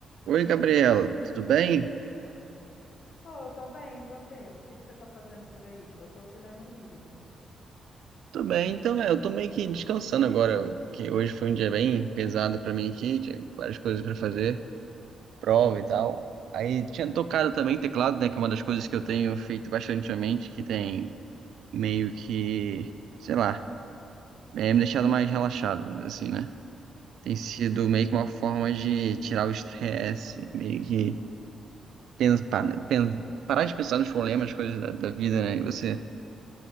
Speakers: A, on the right; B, on the left.
A: Oi, Gabriela, tudo bem?
B: Oh, eu tô bem, e você? O que que você tá fazendo por aí? Eu tô aqui lendo um livro.
A: Tudo bem, então é, eu tô meio que descansando agora, que hoje foi um dia bem pesado pra mim aqui, tinha várias coisas pra fazer, prova e tal. Aí tinha tocado também teclado, né, que é uma das coisas que eu tenho feito bastante ultimamente, que tem meio que, sei lá, é, me deixado mais relaxado, vamos dizer assim, né? Tem sido
B: Sim.
A: meio que uma forma de tirar o estresse, meio que pensar, né? pen- parar de pensar nos problemas, coisas da, da vida, né? E você?